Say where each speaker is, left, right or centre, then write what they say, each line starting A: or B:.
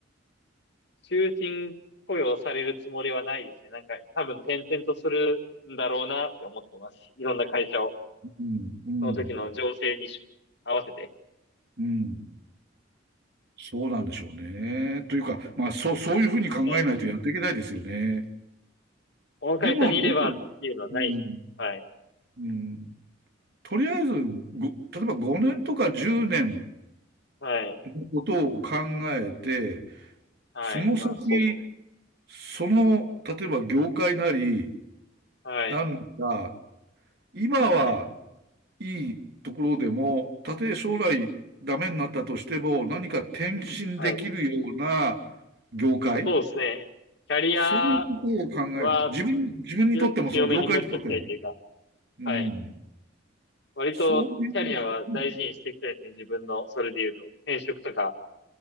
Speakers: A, on the left; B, on the right.
A: 終身雇用されるつもりはないですね。なんか、多分転々とするんだろうなって思ってますし。いろんな会社を、
B: うん、うん、
A: その時の情勢に合わせて。
B: うん。そうなんでしょうね。というか、まあ、そう、そういうふうに考えないとやっていけないですよね。
A: ね、この会社にいればっていうのはないし。
B: でも、どううん、
A: はい。
B: うん。とりあえず、ご例えば5年とか10年
A: はい。
B: のことを考えて、
A: はい。
B: その先、
A: まあ、そうですね。
B: その、例えば業界なり、
A: はい。
B: なんか、今は
A: はい。
B: いいところでも、たとえ将来ダメになったとしても、何か転身できるような
A: はい。
B: 業界、
A: まあ、そうですね。キャリア
B: そういうことを考える。
A: は
B: 自分、自分にとっても、
A: よ強めに持っときたいというか、
B: その業界にとっても。うん。
A: はい。割とキャリアは大事にしていきたいですね。
B: そういう、うん
A: 自分の、それで言うと。転職とか